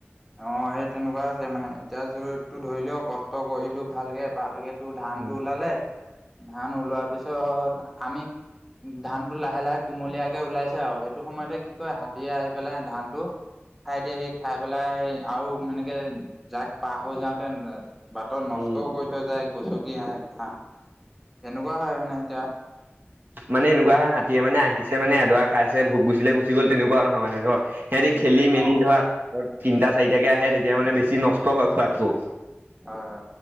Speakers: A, in the centre; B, on the right (about 50°).
A: অ', সেই তেনেকুৱা আছে মানে এতিয়া জোৰতটো ধৰিলো কষ্ট কৰিলো ভালকে ভালকে তটো ধান
B: উম
A: টো ওলালে ধান ওলোৱাৰ পিছত আমি ধান টো লাহে লাহে কুমলীয়াকে ওলাইছে আৰু সেইটো সময়তে কি কয় হাতীয়ে আহি পেলাই ধান টো খাই দিয়ে সি খাই পেলাই আৰু মানে যাক পাহ হৈ যাওঁতে বাটত নষ্টও
B: উম
A: কৰি থৈ যায়। গচকি ধান তেনেকুৱা হয় মানে এতিয়া।
B: মানে এনেকুৱা হাতীয়ে মানে আহিছে মানে এড খাই ভোক গুচি গুচি গল তেকুৱা নহয় মানে ধৰ সিহঁতি
A: অ'
B: খেলি মেলি
A: হয়
B: ধৰ আকৌ তিনিটা চাৰিটাকে আহে তেতিয়া মানে বেছি নষ্ট হয় খোৱাতকো।
A: হয় হয়